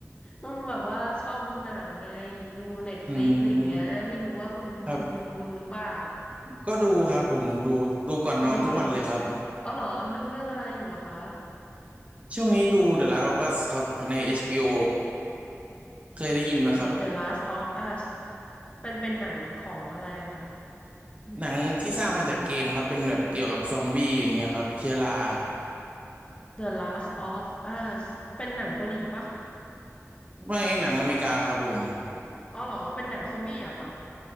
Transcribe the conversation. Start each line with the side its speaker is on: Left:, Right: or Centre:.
Left: ตุ้มแบบว่าชอบดูหนังไงดูเน็ตฟลิกอะไรอย่างเงี้ยไม่รู้ว่าคุณคุณยูดูหรือเปล่า
Right: อืมครับก็ดูครับผมดูดูก่อนนอนทุกวันเลยครับ
Left: เอออ๋อเหรอดูเรื่องอะไรอยู่อะคะ
Right: ช่วงนี้ดู The Last of Us ครับใน HBO เคยได้ยินไหมครับ
Left: The Last of Us เป็นเป็นหนังของอะไรอะคะ
Right: หนังที่สร้างมาจากเกมครับเป็นแบบเกี่ยวกับซอมบี้อย่างเงี้ยครับเชื้อรา
Left: The Last of Us เป็นหนังเกาหลีปะ
Right: ไม่หนังอเมริกาครับผม
Left: อ๋อเหรอเป็นหนังซอมบี้เหรอะคะ